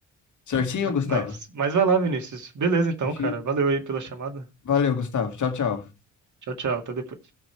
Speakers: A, on the left; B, on the right.
A: Certinho, Gustavo?
B: Mas, mas vai lá, Vinícius. Beleza, então,
A: Certinho?
B: cara. Valeu aí pela chamada.
A: Valeu, Gustavo. Tchau, tchau.
B: Tchau, tchau. Até depois.